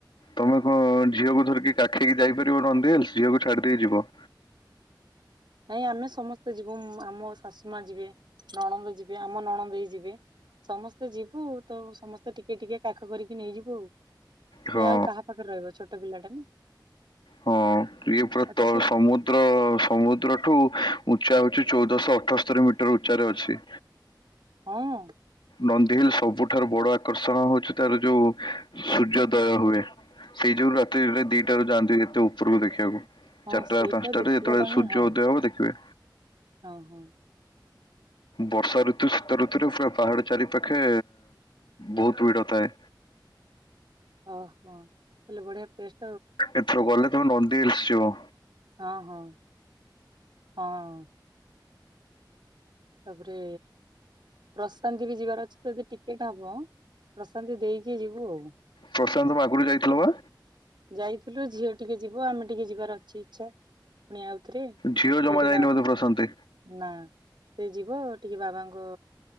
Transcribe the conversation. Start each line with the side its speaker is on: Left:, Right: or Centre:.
Left: ତମେ କଣ ଝିଅକୁ ଧରିକି କାଖେଇକି ଯାଇପାରିବ ନନ୍ଦୀ ହିଲ୍ସ ଝିଅକୁ ଛାଡିଦେଇ ଯିବ
Right: ନାଇଁ ଆମେ ସମସ୍ତେ ଯିବୁ ଆମ ଶାଶୁ ମା ଯିବେ ନଣନ୍ଦ ଯିବେ ଆମ ନଣନ୍ଦେଇ ଯିବେ ସମସ୍ତେ ଯିବୁ ତ ସମସ୍ତେ ତ ଟିକେ ଟିକେ କାଖ କରିକି ନେଇଯିବୁ ଆ ସେ
Left: ହଁ
Right: ଆଉ କାହା ପାଖରେ ରହିବ ଛୋଟ ପିଲା ଟା ନା
Left: ହଁ ଇଏ ପୁରା
Right: ଅଛି
Left: ତ ସମୁଦ୍ର ସମୁଦ୍ର ସମୁଦ୍ରଠୁ ଉଚ୍ଚା ଅଛି ଚଉଦଶହ ଅଠସ୍ତରୀ ମିଟର ଉଚ୍ଚାରେ ଅଛି
Right: ହଁ
Left: ନନ୍ଦି ହିଲ୍ ସବୁଠାରୁ ବଡ ଆକର୍ଷଣ ହଉଛି ତାର ଯୋଉ ସୂର୍ଯ୍ୟୋଦୟ ହୁଏ ସେଇ ଯୋଉ ରାତିରେ ଦିଟାରୁ ଯାଆନ୍ତି ଏତେ ଉପରକୁ ଦେଖିବାକୁ
Right: ହଁ
Left: ଚାରିଟା
Right: ସେଇଟା
Left: ପାଞ୍ଚଟାରେ
Right: ଦେଖିବାଟା
Left: ଯେତେବେଳେ ସୂର୍ଯ୍ୟ
Right: ହିଁ ହଁ
Left: ଉଦୟ ହବ ଦେଖିବେ
Right: ହଁ ହଁ
Left: ବର୍ଷା ଋତୁ ଶୀତ ଋତୁରେ ପୁରା ପାହାଡ ଚାରିପାଖେ ବହୁତ ଭିଡ ଥାଏ
Right: ଓହୋ ତାଲେ ବଢିଆ ପେଷ୍ଟ
Left: ଏଥର ଗଲେ ତମେ ନନ୍ଦୀ ହିଲ୍ସ ଯିବ।
Right: ହଁ ହଁ ହଁ। ତାପରେ ପ୍ରଶାନ୍ତି ବି ଯିବାର ଅଛି ତ ଯଦି ଟିକେଟ ହବ ପ୍ରଶାନ୍ତି ଦେଇକି। ଟିକେ ଯିବୁ ଆଉ।
Left: ପ୍ରଶାନ୍ତ ତମେ ଆଗରୁ ଯାଇଥିଲ ବା?
Right: ଯାଇଥିଲୁ ଝିଅ ଟିକେ ଯିବୁ ଆମେ ଟିକେ ଯିବାର ଅଛି ଇଚ୍ଛା। ପୁଣି ଆଉଥରେ ସେଇଠି
Left: ଝିଅ ଜମା ଯାଇନି
Right: ବା
Left: ବୋଧେ ପ୍ରଶାନ୍ତି?
Right: ନା। ସେ ଯିବ ଟିକେ ବାବାଙ୍କ